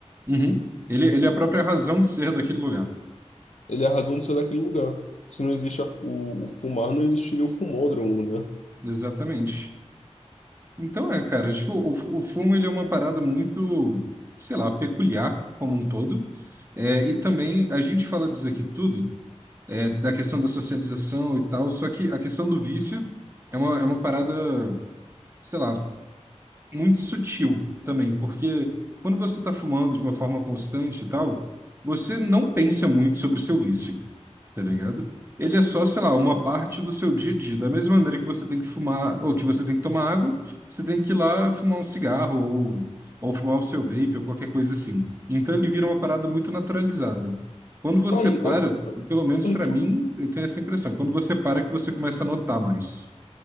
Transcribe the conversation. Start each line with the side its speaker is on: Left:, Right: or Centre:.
Right: Uhum. Ele, ele é a própria razão de ser daquele lugar.
Left: Ele é a razão de ser daquele lugar. Se não existe a- o, o fumar, não existiria o fumódromo, né?
Right: Exatamente. Então é, cara, tipo, o, fu- o fumo ele é uma parada muito, sei lá, peculiar como um todo. É, e também a gente fala disso aqui tudo, é, da questão da socialização e tal, só que a questão do vício é uma, é uma parada, sei lá, muito sutil também, porque quando você está fumando de uma forma constante e tal, você não pensa muito sobre o seu vício, tá ligado? Ele é só, sei lá, uma parte do seu dia a dia. Da mesma maneira que você tem que fumar, ou que você tem que tomar água, você tem que ir lá fumar um cigarro, ou, ou fumar o seu vape, ou qualquer coisa assim. Então ele vira uma parada muito naturalizada. Quando você
Left: Tá aí,
Right: para,
Left: olha,
Right: pelo menos
Left: olha
Right: pra
Left: que,
Right: mim, eu tenho essa impressão. Quando você para, que você começa a notar mais.